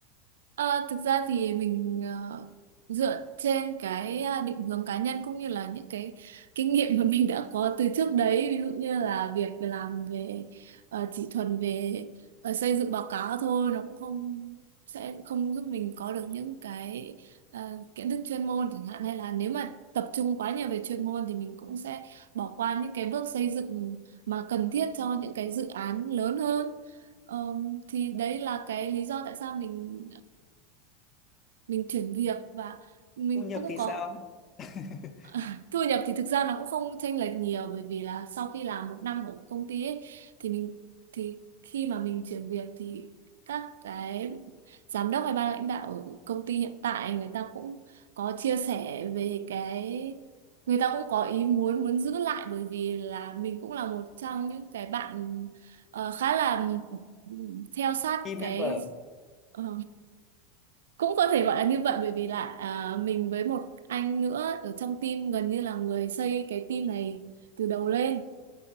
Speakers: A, on the right; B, on the left.
A: Ờ, thực ra thì mình ờ, dựa trên cái ờ, định hướng cá nhân cũng như là những cái kinh nghiệm mà mình đã có từ trước đấy ví dụ như là việc làm về ờ, chỉ thuần về ờ, xây dựng báo cáo thôi nó cũng không sẽ không giúp mình có được những cái ờ, kiến thức chuyên môn chẳng hạn hay là nếu mà tập trung quá nhiều về chuyên môn thì mình cũng sẽ bỏ qua những cái bước xây dựng mà cần thiết cho những cái dự án lớn hơn Ờ, thì đấy là cái lý do tại sao mình mình chuyển việc và mình
B: Thu nhập
A: cũng
B: thì
A: có
B: sao? <laughs>
A: <laughs> thu nhập thì thực ra nó cũng không chênh lệch nhiều bởi vì là sau khi làm một năm ở công ty ấy, thì mình thì khi mà mình chuyển việc thì các cái giám đốc hay ban lãnh đạo ở công ty hiện tại người ta cũng có chia sẻ về cái người ta cũng có ý muốn muốn giữ lại bởi vì là mình cũng là một trong những cái bạn ờ, khá là ừ, theo sát
B: Team
A: cái
B: member.
A: ờ, cũng có thể gọi là như vậy bởi vì là à, mình với một anh nữa ở trong team gần như là người xây cái team này từ đầu lên